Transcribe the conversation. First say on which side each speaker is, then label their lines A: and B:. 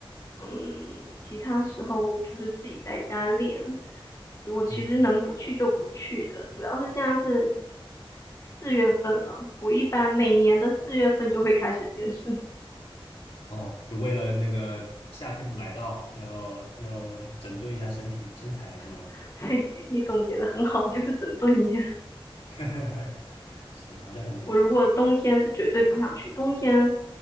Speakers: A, on the left; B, on the left.
A: 嗯，其他时候就是自己在家练。我其实能不去就不去的，
B: <laughs>
A: 主要是现在是四月份了，我一般每年的四月份就会开始健身。
B: 哦，就为了那个夏天的来到，要要整顿一下身体身材是吗？
A: <laughs> 对，你总结的很好，就是整顿一下。
B: <laughs> 是，好像很多人都这样。
A: 我如果冬天是绝对不想去，冬天